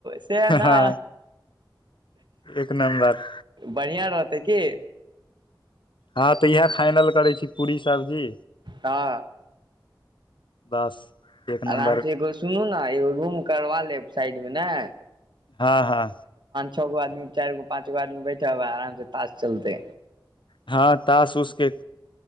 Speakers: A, on the right (about 65°); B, on the left (about 75°).
A: सेह न
B: हँ एक नम्बर
A: बढ़िया रहतै की
B: हँ तऽ इहै फाइनल करै छी पूरी सब्जी
A: हँ
B: बस एक
A: आराम
B: नम्बर
A: से एगो सुनू ना एगो रूम करबा लेब साइड मे नै
B: हँ हँ
A: छ गो आदमी चाइर गो पाँच गो आदमी बैठब आ आराम से ताश चलतै
B: हँ तास उस के